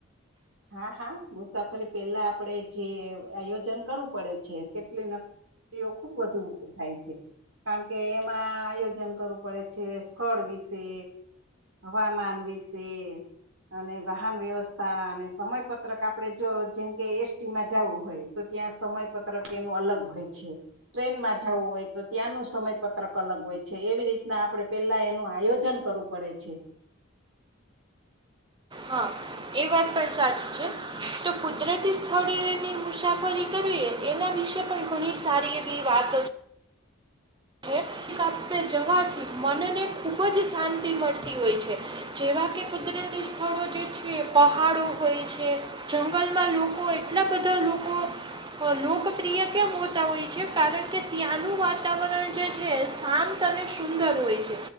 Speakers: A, on the right (about 75°); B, on the right (about 20°).
A: હા હા, મુસાફરી પહેલા આપણેે જે આયોજન કરવું પડે છે કેટલી નકરીઓ ખુબ વધુ થાય છે. કારણ કે એમાં આયોજન કરવું પડે છે, સ્થળ વિશે, હવામાન વિશે અને વાહન વ્યવસ્થા સમય પત્રક આપડે જો જેમ કે એસટીમાં જવું હોય તો ત્યાં સમયપત્રક એનું અલગ હોય છે, ટ્રેનમાં જવું હોય તો ત્યાંનું સમયપત્રક અલગ હોય છે, એવી રીતના આપણે પેલા એનું આયોજન કરવું પડે છે.
B: હા એ વાત પણ સાચી છે. તો કુદરતી સ્થળેની મુસાફરી કરવી એના વિશે પણ ઘણી સારી એવી વાતો છે આપણે જવાથી મનને ખૂબ જ શાંતિ મળતી હોય છે. જેવા કે કુદરતી સ્થળો જે છે પહાડો હોય છે જંગલમાં લોકો એટલા બધા લોકો લોકપ્રિય કેમ હોતા હોય છે. કારણ કે ત્યાંનું વાતાવરણ જે છે શાંત અને સુંદર હોય છે.